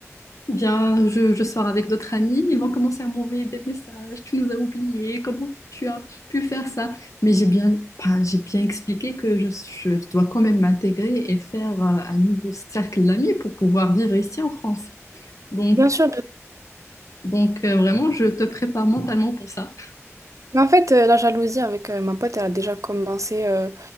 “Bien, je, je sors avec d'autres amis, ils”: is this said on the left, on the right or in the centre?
Left